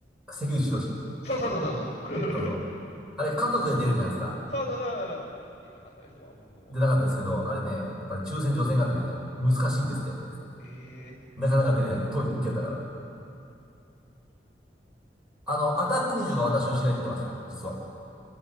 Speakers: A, in the centre; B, on the left.
A: 関口宏。
B: そうそうそうそうそう。
A: そうそう。あれ、家族で出るじゃないですか。
B: <laughs> そうそうそう。出たかったですわ、僕も。
A: 出なかったですけど、あれね、やっぱり抽選と予選があってね、難しいんですって。
B: うん、えー、
A: なかなか出れないって、当時人気だったから。あの、アタック25が私の知り合いで出てましたよ、実は。
B: お、